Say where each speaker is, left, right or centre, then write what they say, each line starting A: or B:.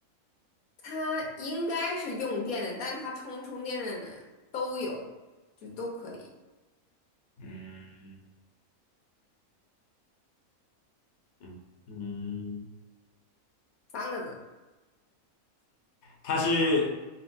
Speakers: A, on the left; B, on the left.
A: 它应该是用电的，但它充不充电的都有，就都可以。
B: 嗯嗯嗯。
A: 三个字，
B: 它是